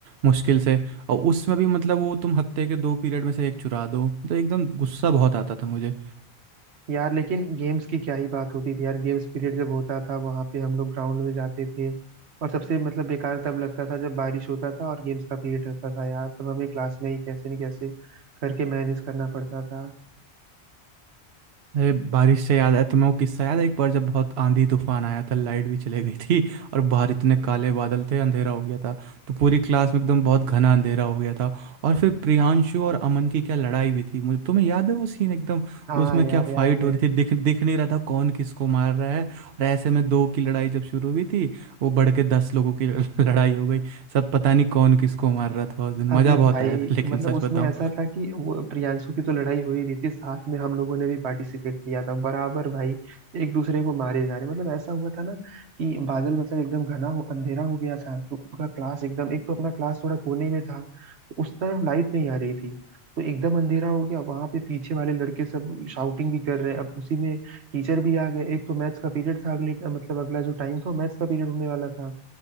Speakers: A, on the right; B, on the right.
A: मुश्किल से और उसमें भी मतलब वो तुम हफ्ते के दो पीरियड में से एक चुरा दो तो एकदम गुस्सा बहुत आता था मुझे
B: यार लेकिन गेम्स की क्या ही बात होती थी यार गेम्स पीरियड जब होता था वहां पे हम लोग ग्राउंड में जाते थे और सबसे मतलब बेकार तब लगता था जब बारिश होता था और गेम्स का पीरियड रहता था यार तब हमें क्लास में ही कैसे न कैसे करके मैनेज करना पड़ता था
A: अरे बारिश से याद है तुम्हें वो किस्सा याद है एक बार जब बहुत आंधी तूफान आया था लाइट भी चले गई थी <laughs> और बाहर इतने काले बादल थे अंधेरा हो गया था तो पूरी क्लास में एकदम बहुत घना अंधेरा हो गया था और फिर प्रियांशु और अमन की क्या लड़ाई हुई थी मुझे तुम्हें याद है वो सीन एकदम
B: हाँ
A: उसमें
B: यार
A: क्या
B: याद
A: फाइट
B: है
A: हो रही थी दिख दिख नहीं रहा था कौन किसको मार रहा है और ऐसे में दो की लड़ाई जब शुरू हुई थी वो बढ़ के दस लोगों की <laughs> लड़ाई हो गई सब पता नहीं कौन किसको मार रहा था उस दिन
B: अबे
A: मज़ा बहुत
B: भाई
A: आया था लेकिन
B: मतलब
A: सच
B: उसमें
A: बताऊं
B: ऐसा था कि वो प्रियांशु की तो लड़ाई हो ही रही थी साथ में हम लोगों ने भी पार्टिसिपेट किया था बराबर भाई एक दूसरे को मारे जा रहे मतलब ऐसा हुआ था ना कि बादल मतलब एकदम घना हो अंधेरा हो गया था तो पूरा क्लास एकदम एक तो अपना क्लास थोड़ा कोने में था तो उस तरफ लाइट नहीं आ रही थी तो एकदम अंधेरा हो गया वहां पे पीछे वाले लड़के सब शाउटिंग भी कर रहे हैं अब उसी में टीचर भी आ गए एक तो मैथ्स का पीरियड था अगले मतलब अगला जो टाइम था मैथ्स का पीरियड होने वाला था